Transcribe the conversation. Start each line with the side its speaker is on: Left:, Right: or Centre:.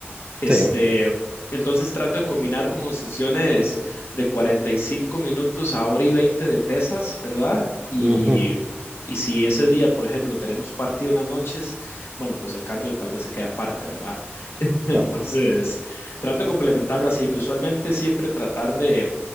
Left: Este,
Right: Sí.
Left: entonces trato de combinar como sesiones de 45 minutos a hora y 20 de pesas, ¿verdad? Y,
Right: ujú,
Left: y si ese día, por ejemplo, tenemos partido en las noches, bueno, pues el cardio tal vez se queda aparte, ¿verdad? <laughs> Entonces,
Right: no,
Left: trato de complementarlo así, que usualmente siempre tratar de,